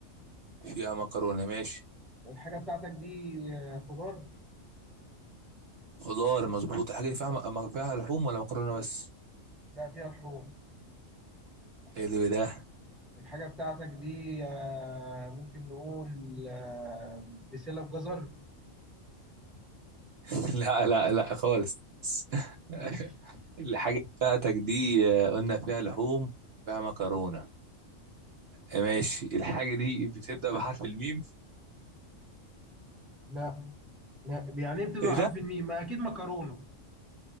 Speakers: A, on the right; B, in the centre.
A: فيها مكرونة ماشي
B: الحاجه بتاعتك دي آه خضار
A: خضار مظبوط الحاجة دي فيها م- فيها لحوم ولا مكرونة بس
B: لا فيها لحوم
A: حلو ده
B: الحاجة بتاعتك دي آه، ممكن نقول آه، بسلة بجزر
A: <laughs> لا لا لا خالص <laughs>
B: ماشي
A: الحاجة بتاعتك دي آه، قلنا فيها لحوم فيها مكرونة ماشي الحاجة دي بتبدأ بحرف الميم
B: لا لا يعني إيه بتبدأ
A: ايه
B: حرف
A: ده
B: الميم ما أكيد مكرونة